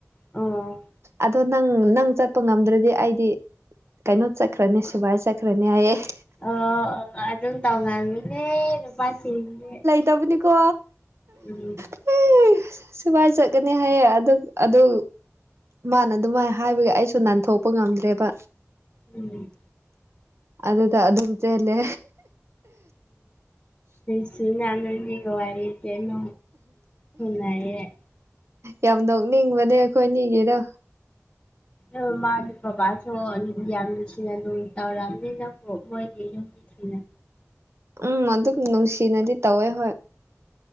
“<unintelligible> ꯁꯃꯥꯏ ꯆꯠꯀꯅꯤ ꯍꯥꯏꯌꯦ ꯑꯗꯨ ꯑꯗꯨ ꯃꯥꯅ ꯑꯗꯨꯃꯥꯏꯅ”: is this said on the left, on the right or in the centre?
Right